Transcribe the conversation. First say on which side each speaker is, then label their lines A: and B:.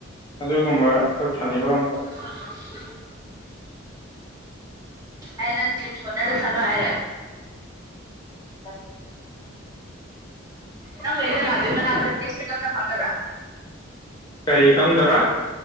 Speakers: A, on the left (about 20°); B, on the right (about 15°).
A: ꯑꯗꯨꯒꯨꯝꯕ ꯈꯔ ꯊꯟꯒꯗꯕ
B: ꯑ ꯍꯥꯏ ꯅꯪ ꯞꯣꯟꯅꯔꯣ ꯁꯜꯋꯥ ꯍꯥꯏꯔꯦ
A: ꯑ
B: ꯅꯪ ꯂꯩꯗꯔ ꯑꯗꯨ ꯃꯅ꯭ꯔ ꯌꯦꯁ ꯝ ꯇꯄꯥꯛ꯭ꯔ
A: ꯀꯥꯏ ꯈꯪꯗꯕ꯭ꯔ